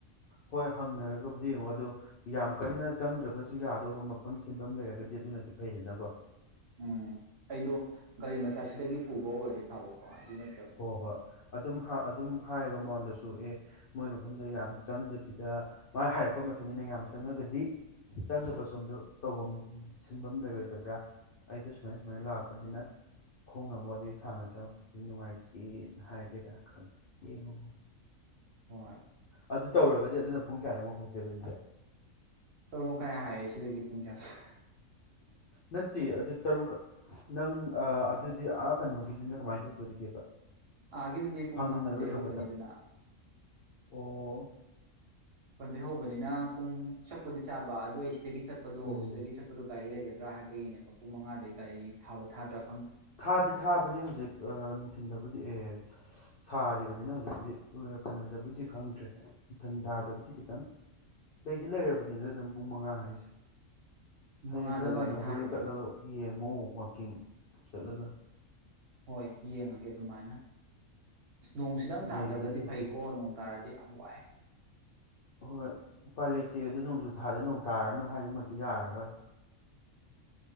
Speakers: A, on the left; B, on the right.
A: ꯍꯣꯏ ꯍꯪꯅꯔꯒꯕꯨꯗꯤ ꯌꯦꯡꯉꯣ ꯑꯗꯣ ꯌꯥꯝ ꯀꯟꯅ ꯆꯪꯗ꯭ꯔꯒꯁꯨ ꯌꯥꯗꯧꯕ ꯃꯐꯝ ꯁꯤꯟꯐꯝ ꯂꯩꯔꯒꯗꯤ ꯑꯗꯨꯅꯗꯤ ꯐꯩꯗꯅꯀꯣ꯫
B: ꯎꯝ ꯑꯩꯗꯣ ꯒꯥꯔꯤ ꯃꯆꯥꯁꯤꯗꯒꯤ ꯄꯨꯕ ꯑꯣꯏꯔꯗꯤ ꯐꯕꯀꯣ ꯑꯗꯨꯅ
A: ꯍꯣ ꯍꯣꯏ ꯑꯗꯨꯝ ꯑꯗꯨꯝ ꯍꯥꯏꯔꯣ ꯃꯉꯣꯟꯗꯁꯨ ꯑꯦ ꯃꯣꯏ ꯃꯐꯝꯗꯣ ꯌꯥꯝ ꯆꯪꯗꯕꯤꯗ ꯃꯥꯅ ꯍꯥꯏꯔꯛꯄ ꯃꯇꯨꯡ ꯏꯟꯅ ꯌꯥꯝ ꯆꯪꯉꯒꯗꯤ ꯆꯪꯗꯕ ꯁꯣꯝꯗ ꯇꯧꯐꯝ ꯁꯤꯟꯐꯝ ꯂꯩꯔꯣꯏꯗꯕ꯭ꯔꯥ? ꯑꯩꯗ ꯁꯨꯃꯥꯏ- ꯁꯨꯃꯥꯏꯅ ꯂꯥꯛꯄꯅꯤꯅ ꯫ ꯈꯣꯡꯅ ꯑꯃꯨꯛ ꯑꯗꯒꯤ ꯁꯥꯡꯅ ꯆꯉꯛꯄꯖꯤ ꯅꯨꯡꯉꯥꯏ ꯇꯦꯅ ꯍꯤꯏꯒꯦꯔꯥ ꯈꯪꯇꯦ ꯌꯦꯡꯉꯣ ꯫
B: ꯍꯣꯏ꯫
A: ꯑꯗꯨ ꯇꯧꯔꯒꯗꯤ ꯑꯗꯨꯅ ꯄꯨꯡ ꯀꯌꯥ ꯑꯃꯨꯛ ꯍꯧꯗꯣꯏꯕ ꯑꯗꯨꯗꯤ ꯫
B: ꯇꯔꯨꯛ ꯃꯈꯥꯏ ꯍꯥꯏꯌꯦ ꯁꯤꯗꯒꯤ ꯄꯨꯡ ꯀꯌꯥꯁ
A: ꯅꯠꯇꯤꯌꯦ ꯑꯗꯨ ꯇꯔꯨꯛ ꯈꯥ ꯅꯪ ꯑꯗꯨꯗꯤ ꯑꯥ ꯀꯩꯅꯣꯒꯤꯗꯨꯅ ꯀꯃꯥꯏꯅ ꯇꯧꯗꯣꯔꯤꯒꯦꯕ?
B: ꯑꯥꯒꯤꯗꯨꯗꯤ ꯄꯨꯡ
A: ꯐꯥꯡꯖꯤꯟꯅꯔꯣꯏꯗ꯭ꯔꯣ
B: ꯃꯥꯄꯟꯗꯩ ꯍꯧꯕꯅꯤꯗꯅ꯫
A: ꯃꯇꯝ ꯑꯣ꯫
B: ꯄꯟꯗꯦꯏ ꯍꯧꯕꯅꯤꯅ ꯄꯨꯡ ꯆꯞꯄꯨꯗꯤ ꯆꯥꯕ ꯑꯗꯨꯏꯁꯤ ꯁꯤꯗꯒꯤ ꯆꯠꯄꯗꯨꯣ
A: ꯎꯝ
B: ꯁꯤꯗꯒꯤ ꯆꯠꯄꯗꯣ ꯒꯥꯔꯤ ꯂꯩ ꯍꯥꯏꯕꯒꯤꯅꯦ ꯃꯄꯨꯡ ꯃꯉꯥꯗꯗꯒꯤ ꯒꯥꯔꯤ ꯊꯥꯕ - ꯊꯥꯗ
A: ꯊꯥꯗꯤ - ꯊꯥꯕꯅꯤ ꯍꯧꯖꯤꯛ ꯑꯥ ꯅꯨꯡꯊꯤꯟꯗꯕꯨꯗꯤ ꯑꯦ ꯁꯥꯔꯤꯕꯅꯤꯅ ꯍꯧꯖꯤꯛꯄꯨꯗꯤ ꯀꯩꯅꯣꯗꯕꯨꯗꯤ ꯈꯪꯗ꯭ꯔꯦ ꯅꯤꯡꯊꯝ ꯊꯥꯗꯕꯨꯗꯤ ꯈꯤꯇꯪ ꯂꯩꯗꯤ ꯂꯩꯔꯕꯅꯤꯗ ꯑꯗꯨꯝ ꯄꯨꯡ ꯃꯉꯥ ꯍꯥꯏꯁꯦ꯫
B: ꯄꯨꯡ
A: ꯍꯌꯦꯡ
B: ꯃꯉꯥꯗ
A: ꯈꯔ
B: ꯒꯥꯔꯤ
A: ꯉꯟꯅ
B: ꯊꯥꯔꯤꯕ
A: ꯍꯧꯒꯠꯂ ꯆꯠꯂꯒ ꯌꯦꯡ ꯅꯣ ꯋꯥꯀꯤꯡ ꯆꯠꯂꯒ
B: ꯍꯣꯏ ꯌꯦꯡꯉꯒꯦ ꯑꯗꯨꯃꯥꯏꯅ ꯁ ꯅꯣꯡꯁꯤꯗꯪ ꯇꯥꯗ꯭ꯔꯒꯗꯤ
A: ꯂꯩꯗꯤ ꯂꯩꯕꯅꯤ
B: ꯐꯩꯀꯣ ꯅꯣꯡ ꯇꯥꯔꯗꯤ ꯌꯥꯝ ꯋꯥꯏ
A: ꯍꯣꯏ ꯎꯄꯥꯏ ꯂꯩꯇꯦ ꯑꯗꯨ ꯅꯣꯡꯖꯨ ꯊꯥꯗ ꯅꯣꯡ ꯇꯥꯔꯅꯣ ꯍꯥꯏꯗꯨꯃꯗꯤ ꯌꯥꯔꯔꯣꯏ